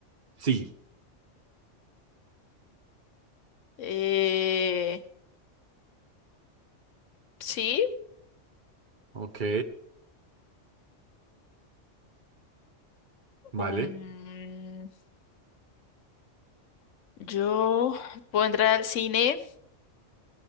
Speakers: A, on the right (about 45°); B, on the left (about 75°).
A: Sí.
B: Eh... Sí.
A: Ok. Vale.
B: um, Yo puedo entrar al cine